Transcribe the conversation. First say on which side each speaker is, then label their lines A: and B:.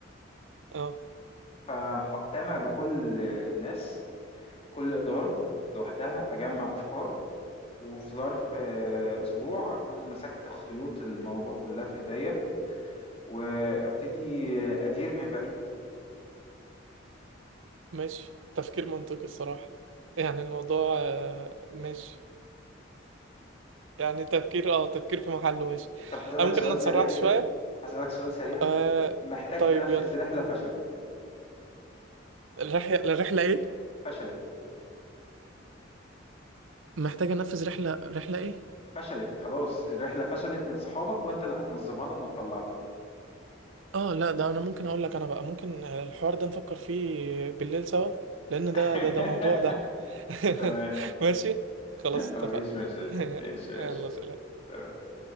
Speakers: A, on the right; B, on the left.
A: اه
B: فهقتنع بكل الناس كل اداره لوحدها اجمع افكار وفي ظرف آه، اسبوع اكون مسكت خيوط الموضوع كلها في ايديا وابتدي آه، ادير من بعيد
A: مش تفكير منطقي الصراحة يعني الموضوع آه، مش يعني تفكير اه تفكير في محله مش
B: طب هسألك
A: أنا ممكن
B: سؤال
A: انا اتسرعت
B: سريع
A: شوية
B: هسألك سؤال سريع
A: آه
B: محتاج
A: طيب
B: تنفذ
A: يلا
B: رحلة فشلت
A: الرحلة الرحلة ايه
B: فشلت
A: محتاجة انفذ رحلة رحلة ايه
B: فشلت خلاص الرحلة فشلت من صحابك وانت اللي هتنظمها لهم وتطلعهم
A: اه لا ده انا ممكن اقول لك انا بقى ممكن الحوار ده نفكر فيه بالليل سوا لان
B: <laughs>
A: ده ده ده موضوع ده <laughs>
B: تمام
A: ماشي خلاص
B: مفيش
A: اتفقنا
B: مشاكل
A: <laughs>
B: ماشي
A: يلا
B: ماشي
A: سلام
B: تمام.